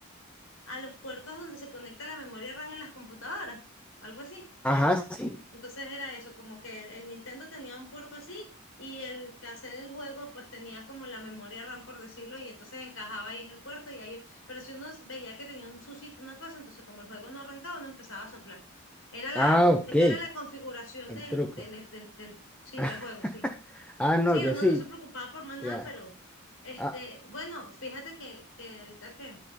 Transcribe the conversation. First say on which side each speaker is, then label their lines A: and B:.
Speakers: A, on the left; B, in the centre.
A: a los puertos donde se conecta la memoria RAM en las computadoras, algo así.
B: Ajá,
A: Bueno,
B: sí,
A: Entonces era eso, como que el, el Nintendo tenía un puerto así y el cassette del juego pues tenía como la memoria RAM por decirlo y entonces encajaba ahí en el puerto y ahí, pero si uno veía que tenía un susito, una cosa, entonces como el juego no arrancaba, no empezaba a soplar. Era la,
B: ah, ok,
A: esa era la configuración
B: el
A: del,
B: truco.
A: del, del, del- sí,
B: <laughs>
A: para el juego, sí.
B: Ah, no,
A: Sí,
B: yo
A: uno
B: sí,
A: no se preocupaba por más
B: claro.
A: nada, pero este,
B: Ah,
A: bueno, fíjate que, que ahorita que